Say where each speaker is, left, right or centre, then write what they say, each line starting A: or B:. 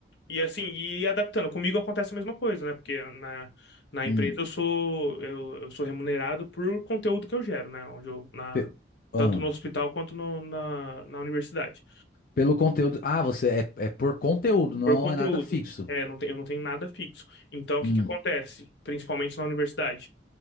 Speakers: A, on the left (about 70°); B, on the left (about 50°).
A: E assim, e ir adaptando. Comigo acontece a mesma coisa, né? Porque na, na
B: Hum.
A: empresa eu sou, eu, eu sou remunerado por conteúdo que eu gero, né? Onde eu, na,
B: Pe- ah,
A: tanto no hospital quanto no- na, na universidade.
B: Pelo conteúdo. Ah, você é, é por conteúdo, não
A: Por conteúdo.
B: é nada fixo.
A: É, não tem, eu não tenho nada fixo. Então, o
B: Hum.
A: que que acontece? Principalmente na universidade.